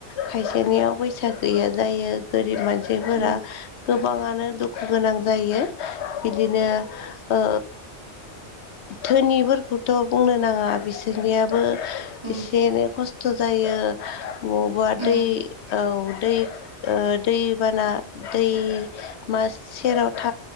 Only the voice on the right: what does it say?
उम
उम
उम